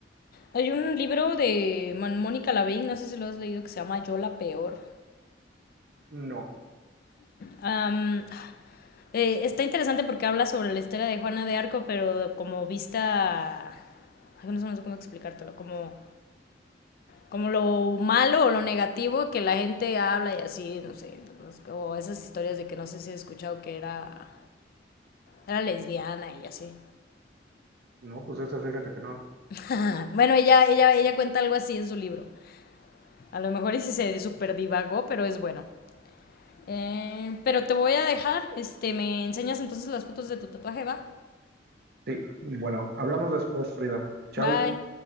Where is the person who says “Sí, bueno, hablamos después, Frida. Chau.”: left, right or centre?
Right